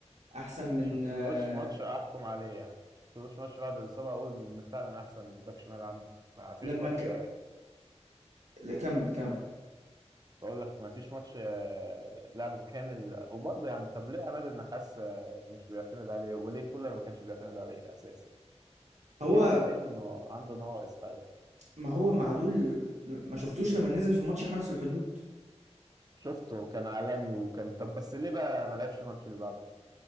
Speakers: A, on the right; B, on the right.
A: احسن من
B: شفتلوش
A: آه،
B: ماتش احكم عليه يعني شفتلوش ماتش بعد الاصابه اقول ان فعلا احسن باك شمال عندي ما فيش
A: لما
B: ماتش
A: ك... لا، كمل كمل
B: بقول لك ما فيش ماتش آه، لعبه كامل وبرضه يعني طب ليه عماد النحاس آه، مش بيعتمد عليه وليه كولر ما كانش بيعتمد عليه اساسي
A: هو
B: اكيد شايفين انه عنده نواقص حاجه
A: ما هو معلول ما شفتوش لما نزل في ماتش حرس الحدود
B: شفته كان عالمي وكان طب بس ليه بقى ما لعبش الماتش اللي بعده